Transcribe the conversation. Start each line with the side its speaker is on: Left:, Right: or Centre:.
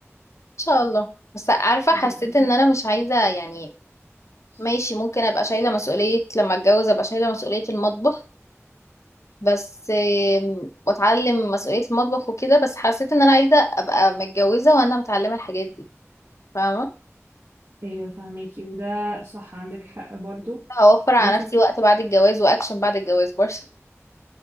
Left: شاء الله بس عارفة
Right: هتبقي
Left: حسيت ان انا مش عايزة يعني
Right: فرق.
Left: ماشي ممكن ابقى شايلة مسؤولية لما اتجوز ابقى شايلة مسؤولية المطبخ بس آم، واتعلم مسؤولية المطبخ وكده بس حسيت ان انا عايزة ابقى متجوزة وانا متعلمة الحاجات دي فاهمة
Right: ايوه فهميكي وده صح عندك حق برضو
Left: هوفر على
Right: يعني انت
Left: نفسي وقت بعد الجواز واكشن بعد الجواز برضه